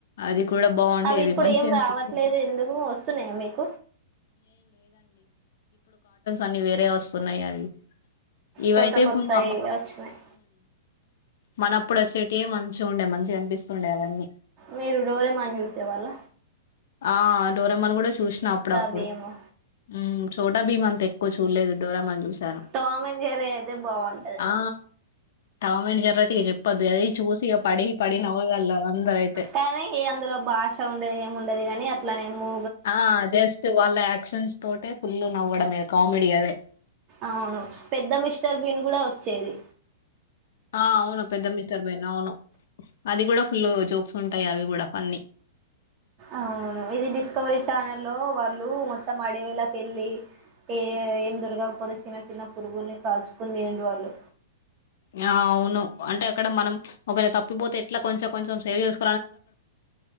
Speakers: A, on the left; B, on the right.
A: అది కూడా బాగుండేది
B: అవి ఇప్పుడు
A: మంచిగా
B: ఏం
A: అనిపించేది
B: రావట్లేదు ఎందుకు వస్తున్నయా మీకు.
A: అన్నీ వేరే వస్తున్నయి అవి ఇవయితే
B: కొత్త కొత్తయి
A: మా
B: వచ్చినాయి
A: మనప్పుడు వచ్చేటివి మంచిగా ఉండే మంచిగా కనిపిస్తుండే అవన్నీ.
B: మీరు డోరెమాన్ చూసే వాళ్ళ?
A: ఆ డోరెమాన్ కూడా చూశిన అప్పుడప్పు
B: బీము
A: హ్మ్ చోటాభీం అంత ఎక్కువ చూడలేదు డోరెమాన్ చూసి
B: టామ్ అండ్ జెర్రీ అయితే బావుంటదండి.
A: ఆ టామ్ అండ్ జెర్రీ అయితే ఇగ చెప్పొద్దు అది చూసి ఇగ పడి పడి నవ్వేవాళ్ళు అందరైతే
B: కానీ అందులో భాష ఉండది ఎం ఉండది కాని అట్లనే మూ
A: ఆ జస్ట్ వాళ్ళ యాక్షన్స్ తోటే ఫుల్ నవ్వడమే కామెడీ అదే.
B: అవును పెద్ద మిస్టర్ బిన్ కూడా వచ్చేది.
A: ఆ అవును పెద్ద మిస్టర్ బీన్ అవును అది కూడా ఫుల్ జోక్స్ ఉంటయి అవి కూడా. ఫన్నీ
B: అవును ఇది డిస్కవరీ ఛానల్ లో వా ళ్ళు మొత్తం అడవిలో కెళ్లి ఏ ఏం దొరకకపోతే చిన్న చిన్న పురుగుల్ని కాల్చుకుని తినిర్రు వాళ్ళు.
A: ఆ అవును అంటే అక్కడ మనం ఒకవేళ తప్పిపోతే ఎట్లా కొంచెం కొంచెం సేవ్ చేసు